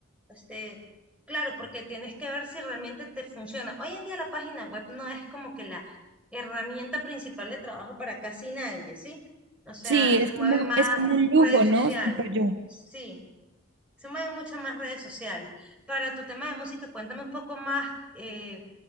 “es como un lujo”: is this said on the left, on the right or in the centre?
Right